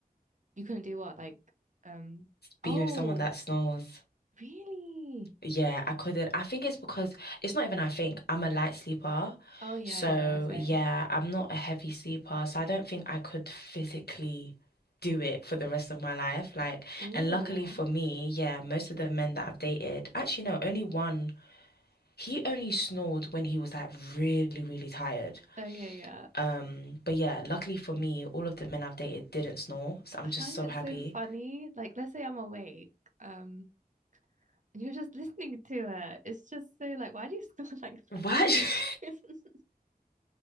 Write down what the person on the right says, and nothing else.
You couldn't do what? Like, um, oh,
really?
Oh, yeah,
yeah, yeah, same.
Oh,
okay, yeah.
I find
it
so funny. Like, let's say I'm awake. Um, And you're just listening to it. It's just so like, why do you <laughs> snore like
this? <laughs>